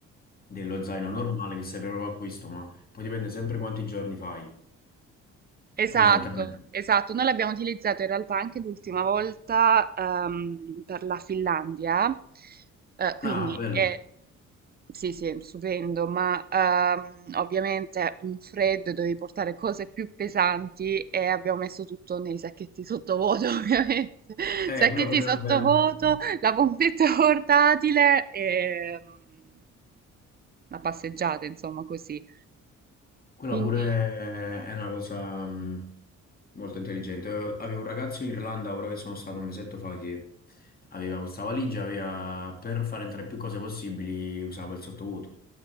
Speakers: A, on the left; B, on the right.
A: dello zaino normale che serve proprio a questo, ma poi dipende sempre quanti giorni fai,
B: Esatto,
A: fondamentalmente.
B: esatto. Noi l'abbiamo utilizzato in realtà anche l'ultima volta ehm, per la Finlandia, Eh, quindi
A: Ah, bello.
B: è, sì, sì, stupendo, ma ehm, ovviamente un freddo dovevi portare cose più pesanti e abbiamo messo tutto nei sacchetti sottovuoto, <laughs> ovviamente.
A: Eh,
B: Sacchetti
A: quella pure
B: sottovuoto,
A: è una bella...
B: la pompetta portatile e mm, una passeggiata, insomma, così.
A: Quella
B: Quindi...
A: pure è una cosa mh, molto intelligente. Eh, Avevo un ragazzo in Irlanda, ora che sono stato un mesetto fa, che aveva questa valigia, aveva, per fare entrare più cose possibili, usava il sottovuoto.